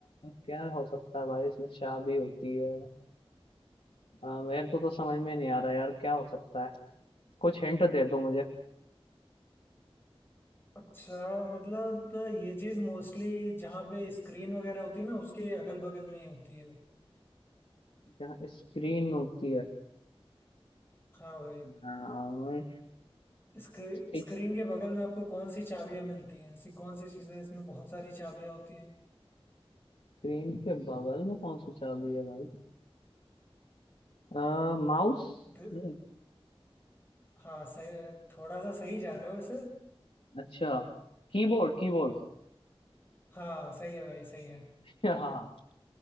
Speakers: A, on the left; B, on the left.
A: क्या हो सकता है भाई इसमें चाबी होती है आ, मेरे को तो समझ में नहीं आ रहा यार क्या हो सकता है कुछ हिंट दे दो मुझे
B: अच्छा मतलब ये चीज मोस्टली जहाँ पे स्क्रीन वगैरह होती है ना उसके अगल बगल में ही होती है
A: यहाँ स्क्रीन होती है
B: हाँ भाई
A: आ,
B: स्क्री,
A: इस-
B: स्क्रीन के बगल में आपको कौन सी चाबियां मिलती हैं ऐसी कौन सी चीजें इसमें बहुत सारी चाबियां होती हैं
A: स्क्रीन के बगल में कौन सी चाबी है भाई आ, माउस
B: द,
A: नहीं
B: हाँ सही थोड़ा सा सही जा रहे हो वैसे
A: अच्छा कीबोर्ड कीबोर्ड
B: हाँ सही है भाई सही है
A: <laughs> हाँ